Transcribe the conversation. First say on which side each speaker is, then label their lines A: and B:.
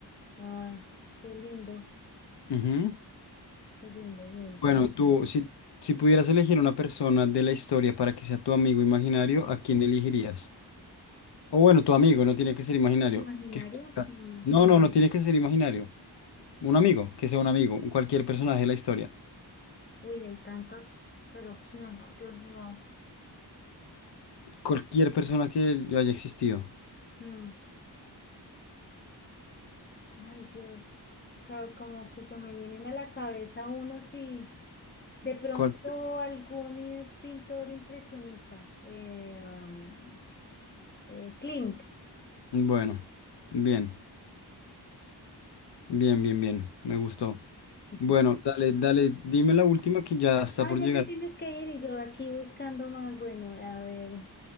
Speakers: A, on the left; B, on the left.
A: ah, qué lindo,
B: Ujú.
A: qué lindo, bien.
B: Bueno, tú, si, si pudieras elegir una persona de la historia para que sea tu amigo imaginario, ¿a quién elegirías? O bueno, tu amigo, no tiene que ser imaginario.
A: ¿Imaginario?
B: ¿Qué importa?
A: Mm,
B: No, no, no tiene que ser imaginario. Un amigo, que sea un amigo, cualquier personaje de la historia.
A: Uy, hay tantos, pero ¿quién? Dios mío.
B: Cualquier persona que haya existido.
A: Mm, Ay, Dios. O sea, como que se me vienen a la cabeza unos y... De pronto
B: Cual-
A: algún eh, pintor impresionista, eh, um, eh, Klimt.
B: Bueno, bien. Bien, bien, bien. Me gustó.
A: <laughs>
B: Bueno, <laughs> dale, dale, dime la última que ya está
A: Ah,
B: por
A: ya
B: llegar.
A: te tienes que ir y yo aquí buscando más. Bueno, a ver,